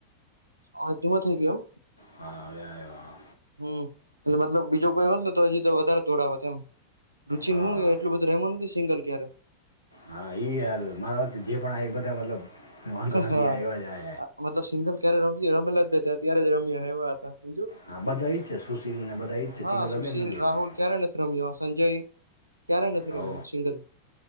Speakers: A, on the right; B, on the left.
A: હ તમાં થ ગમ
B: હા હ આવ હા
A: હમ એટલે મતલબ બીજો કોઈ હોત ને તો હજી તો વધારે દોડાવો રુચિ
B: હા
A: ન હું એટલું બધું ર રહેવાનું નથી સિંગલ ક્યારે
B: હા ઈ યાર મારાત જે પણ એક બધા મતલબ વાંધો નથી
A: હા
B: આ એવા જ આ
A: મતલબ સિંગલ ક્યારે રમ રમેલા જ ત ત્યારે જ રમ્યા એવા હતા જ
B: હા બધા ઈ જ છે સુશીલ ને બધા ઈ જ છે
A: હા
B: સિંગલ
A: સુશીલ
B: અમે જ નથી
A: રાહુલ
B: ગયા
A: ક્યારે નથી રમ્યો સંજય ક્યારેય નથી
B: હો
A: રમ્યા સિંગલ